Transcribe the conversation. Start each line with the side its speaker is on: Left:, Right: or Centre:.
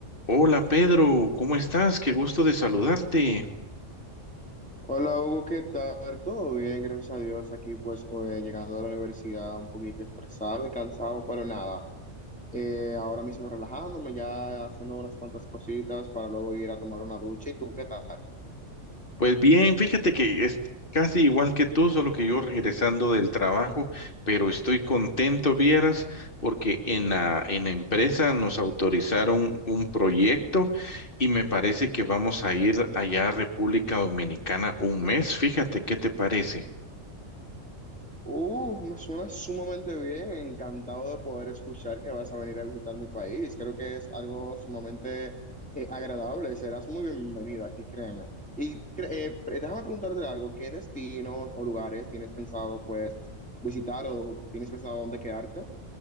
Left: Hola Pedro, ¿cómo estás? Qué gusto de saludarte.
Centre: Hola Hugo, ¿qué tal? Todo bien, gracias a Dios. Aquí pues eh, llegando a la universidad un poquito estresado y cansado, pero nada. Eh, ahora mismo relajándome, ya haciendo unas cuantas cositas para luego ir a tomar una ducha. ¿Y tú qué tal?
Left: Pues bien, fíjate que es casi igual que tú, solo que yo regresando del trabajo, pero estoy contento, vieras, porque en la, en la empresa nos autorizaron un proyecto y me parece que vamos a ir allá a República Dominicana un mes. Fíjate, ¿qué te parece?
Centre: Uf, me suena sumamente bien, encantado de poder escuchar que vas a venir a visitar mi país. Creo que es algo sumamente eh, agradable, serás muy bienvenido aquí, créeme. Y cre- eh, pre- déjame preguntarte algo, ¿qué destinos o lugares tienes pensado pues visitar o tienes pensado dónde quedarte?